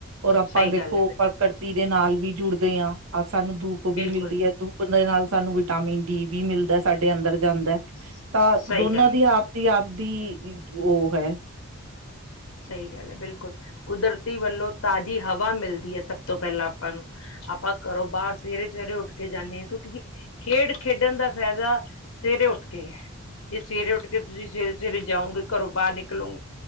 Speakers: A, on the right (about 70°); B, on the left (about 65°).
A: ਔਰ ਆਪਾਂ
B: ਸਹੀ
A: ਦੇਖੋ
B: ਗੱਲ ਏ
A: ਪ੍ਰਕਿਰਤੀ ਦੇ ਨਾਲ ਵੀ ਜੁੜਦੇ ਹਾਂ ਸਾਨੂੰ ਧੁੱਪ
B: ਬਿਲਕੁਲ
A: ਵੀ ਮਿਲਦੀ ਹੈ ਧੁੱਪ ਦੇ ਨਾਲ ਸਾਨੂੰ ਵਿਟਾਮਿਨ ਡੀ ਵੀ ਮਿਲਦਾ ਸਾਡੇ ਅੰਦਰ ਜਾਂਦਾ।
B: ਸਹੀ
A: ਤਾਂ ਦੋਨਾਂ
B: ਗੱਲ
A: ਦੀ ਆਪਦੀ ਆਪਦੀ ਉਹ ਹੈ।
B: ਸਹੀ ਗੱਲ ਐ ਬਿਲਕੁਲ ਕੁਦਰਤੀ ਵੱਲੋਂ ਤਾਜ਼ੀ ਹਵਾ ਮਿਲਦੀ ਐ ਸਭ ਤੋਂ ਪਹਿਲਾਂ ਆਪਾਂ ਨੂੰ। ਆਪਾਂ ਘਰੋਂ ਬਾਹਰ ਸਵੇਰੇ ਸਵੇਰੇ ਉੱਠ ਕੇ ਜਾਂਦੇ ਹਾਂ ਕਿਉਂਕਿ ਖੇਡ ਖੇਡਣ ਦਾ ਫਾਇਦਾ ਸਵੇਰੇ ਸਵੇਰੇ ਉੱਠ ਕੇ ਜੇ ਸਵੇਰੇ ਉੱਠ ਕੇ ਤੁਸੀਂ ਸਵੇਰੇ ਸਵੇਰੇ ਜਾਓਗੇ ਘਰੋਂ ਬਾਹਰ ਨਿਕਲੋਗੇ